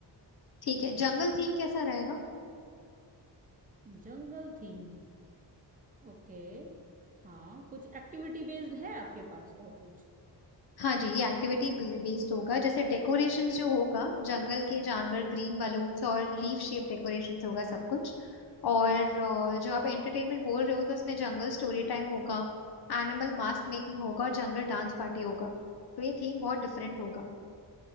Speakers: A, on the left (about 65°); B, on the right (about 20°).
A: ठीक है जंगल थीम कैसा रहेगा
B: जंगल थीम ओके हाँ कुछ एक्टिविटी बेस्ड है आपके पास और कुछ
A: हाँ जी ये एक्टिविटी बेस्ड होगा जैसे डेकोरेशंस जो होगा जंगल के जानवर ग्रीन बलून्स और लीफ शेप डेकोरेशंस होगा सब कुछ और अ, जो आप एंटरटेनमेंट बोल रहे हो तो उसमें जंगल स्टोरी टाइम होगा एनिमल मास्क मेकिंग होगा और जंगल डांस पार्टी होगा तो ये थीम बहुत डिफरेंट होगा